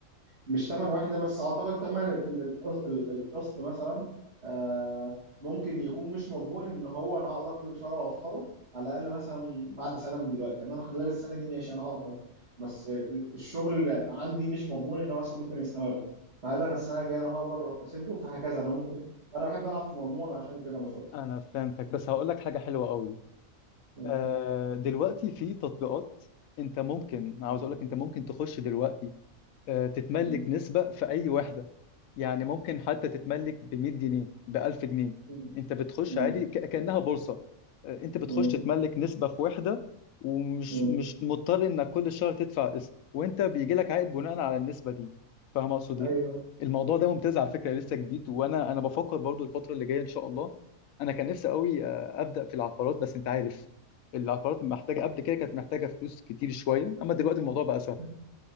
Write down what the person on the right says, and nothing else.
مش تمن واحدة بس أعتقد تمن ال- ال- القص- ال- القسط مثلا آه، ممكن يكون مش مضمون إن هو أنا هقدر كل شهر أوفره على الأقل مثلا بعد سنة من دلوقتي يعني أنا خلال السنة دي ماشي أنا هقدر بس الشغل اللي عندي مش مضمون إن هو مثلا ممكن يستمر فهل أنا السنة الجاية أنا هقدر أسده فهكذا أنا ممكن فأنا بحب ألعب في المضمون عشان كده مش أكتر
م-
م-
م-
م-
م-
م-
م-
أيوه
م-